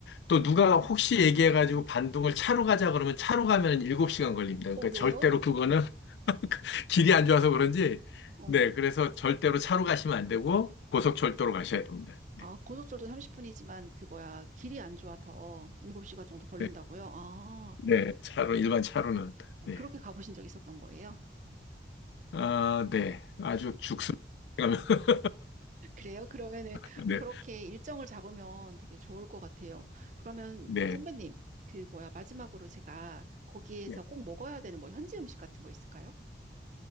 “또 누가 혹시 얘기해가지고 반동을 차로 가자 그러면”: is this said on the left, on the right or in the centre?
Left